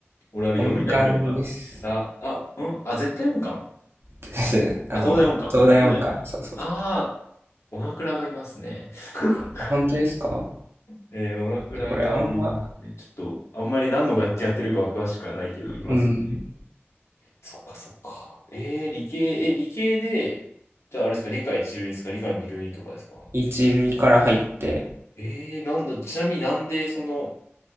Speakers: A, on the left; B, on the right.
A: 俺あれ読めないんだよな。
B: 音感です。
A: ら、あ、うん、あ、絶対音感。
B: <laughs> あの、
A: あ、東大音感。
B: 東大音感。
A: 東大音感。
B: そうそうそう。
A: ああ、おなクがいますね。<laughs>
B: あ、本当ですか
A: えー、おなクがいますね。
B: でこれあんま、
A: ちょっと、あんまり何の楽器やってるかは詳しくはないけど、いますね。
B: うん、
A: そっか、そっか。えー、理系、え、理系で、じゃああれですか、理科一類ですか、理科二類とかですか。
B: 一類から入って、
A: えー、なんだ、ちなみになんで、その、